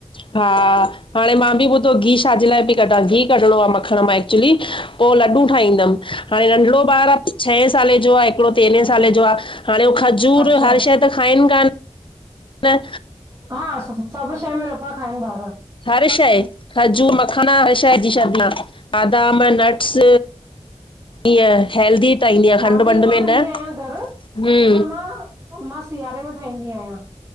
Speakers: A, on the left (about 50°); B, on the right (about 25°).
A: हा, हाणे मां बि ॿुधो गिह छाजे लाइ बि कढां गिह कढणो आ मखण मां एक्चुली पो लॾूं ठाहींदम। हाणे नंढिड़ो ॿार आ, छहें सालें जो आहे। हिकड़ो
B: जी
A: तेरहें सालें जो आहे हाणे उ खजूर
B: अच्छा
A: हर शइ त खाइनि कान न।
B: हा स सभु शइ में नथा खाइन ॿार।
A: हर शइ। खजूर मखाना हर शइ विज़ी शॾ मां बादाम नट्स ईअं हेल्दी ठाईंदी आ
B: मां
A: खंडु
B: बि
A: वंड
B: ईअं
A: में
B: ई कंदी
A: न
B: आहियां घर
A: हूं।
B: पर मां मां सियारे में ठाहींदी आयां।